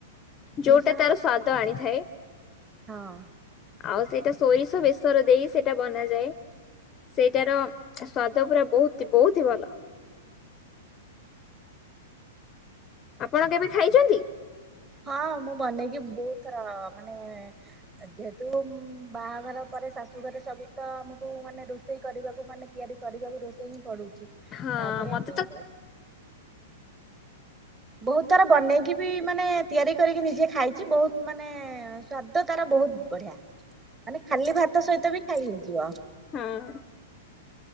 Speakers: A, on the right; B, on the left.
A: ଭୃସଙ୍ଗ
B: ଯୋଉଟା ତାର
A: ପତ୍ର
B: ସ୍ବାଦ ଆଣିଥାଏ।
A: ହଁ
B: ଆଉ ସେଇଟା ସୋରିଷ ବେେଶର ଦେଇ ସେଇଟା ବନାଯାଏ। ସେଇଟାର ସ୍ଵାଦ ପୁରା ବହୁତ ବହୁତ ଭଲ। ଆପଣ କେବେ ଖାଇଛନ୍ତି।
A: ହଁ ମୁଁ ବନେଇକି ବହୁତର ମାନେ ଯେହେତୁ ବାହାଘର ପରେ ଶାଶୁ ଘରେ ସବୁ ତ ଆମକୁ ମାନେ ର ରୋଷେଇ କରିବାକୁ ମାନେ ତିଆରି କରିବାକୁ ରୋଷେଇ ହିଁ ପଡୁଛି।
B: ହଁ
A: ତାପରେ
B: ମତେ
A: ଆମେ
B: ତ
A: ଏମତି ବହୁତ ତର ବନେଇକି ବି ମାନେ ତିଆରି କରିକି ନିଜେ ଖାଇଛି ବହୁତ ମାନେ ସ୍ଵାଦ ତାର ବହୁତ ବଢିଆ ମାନେ ଖାଲି ଭାତ ସହିତ ବି ଖାଇ ହେଇଯିବ।
B: ହଁ